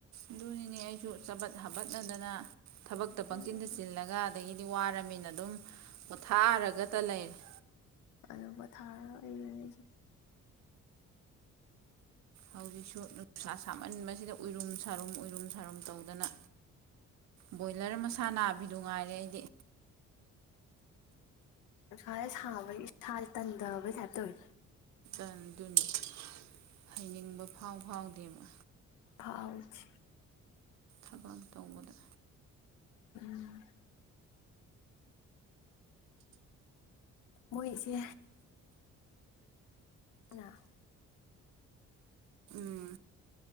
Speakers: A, on the right; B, on the left.
A: ꯑꯗꯨꯅꯤꯅꯦ ꯑꯩꯁꯨ ꯆꯄꯠ ꯍꯥꯄꯠꯅꯗꯅ ꯊꯕꯛꯇ ꯄꯪꯆꯤꯟꯗ
B: ꯑꯗꯨꯅ
A: ꯆꯤꯜꯂꯒ ꯑꯗꯒꯤ ꯗꯤ ꯋꯥꯔꯃꯤꯅ ꯑꯗꯨꯝ ꯄꯣꯊꯥꯔꯒꯇ ꯂꯩꯔꯦ
B: ꯑꯗꯨꯒ ꯊꯥꯔꯒ ꯑꯩꯔ ꯑꯩꯁꯦ
A: ꯍꯧꯖꯤꯛꯁꯨ ꯅꯨꯡꯁꯥ ꯁꯥꯃꯟꯕꯁꯤꯗ ꯎꯔꯨꯝ ꯁꯥꯔꯨꯝ ꯌꯨꯝ ꯁꯥꯔꯨꯝ ꯇꯧꯗꯅ ꯕꯣꯏꯂꯔ ꯃꯁꯥ ꯅꯥꯕꯤꯗꯨ ꯉꯥꯏꯔꯦ ꯑꯩꯗꯤ
B: ꯅꯨꯪꯁꯖꯦ ꯁꯥꯕꯩ ꯏꯁꯥꯁꯦ ꯇꯟꯗꯕꯩ ꯇ꯭ꯌꯦꯞ ꯇꯣꯏ
A: ꯑꯗꯨꯅꯤ ꯍꯩꯅꯤꯡꯕ ꯐꯥꯎ ꯐꯥꯎꯗꯦꯕ
B: ꯐꯥꯎꯗꯦ
A: ꯊꯕꯛ ꯇꯧꯕꯗ
B: ꯎꯝ ꯃꯣꯏ ꯏꯆꯦ <unintelligible>
A: ꯎꯝ